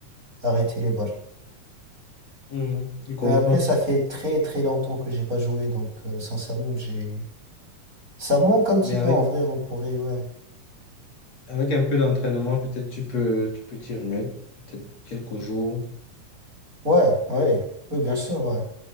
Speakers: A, on the right; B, on the left.
A: arrêter les balles.
B: Mhm, Il comprend.
A: Et Après, ça fait très très longtemps que j'ai pas joué, donc euh, sincèrement, j'ai ça me manque un petit
B: Mais
A: peu
B: avec,
A: en vrai. On pourrait, ouais,
B: avec un peu d'entraînement, peut-être tu peux, tu peux t'y remettre, peut-être quelques jours.
A: ouais, ouais, oui, bien sûr, ouais.